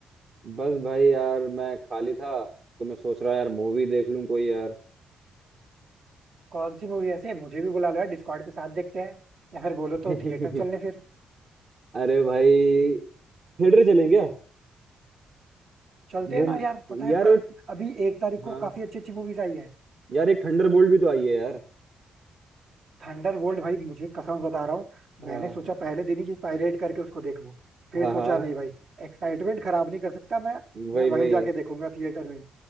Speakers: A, on the right (about 50°); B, on the right (about 70°).
A: बस भाई यार मैं खाली था तो मैं सोच रहा यार मूवी देख लूं कोई यार
B: कौन सी मूवी ऐसे मुझे भी बुला लो यार डिस्कॉर्ड पे साथ देखते हैं या फिर बोलो
A: <laughs>
B: तो थिएटर चलने फिर
A: अरे भाई थिएटर चलें क्या
B: चलते
A: वो
B: हैं ना यार पता है
A: यार
B: कल
A: वो
B: अभी एक तारीख
A: हाँ
B: को काफी अच्छी अच्छी मूवीज आई है
A: यार एक थंडर बोल्ट भी तो आई है यार
B: थंडरबोल्ट भाई मुझे कसम बता रहा हूँ
A: हाँ
B: मैंने सोचा पहले दिन ही कि पायरेट करके उसको देख लूं फिर
A: हाँ
B: सोचा
A: हाँ
B: नहीं भाई एक्साइटमेंट खराब नहीं कर सकता मैं
A: वही
B: मैं वहीं
A: वही
B: जाके देखूंगा थिएटर में ही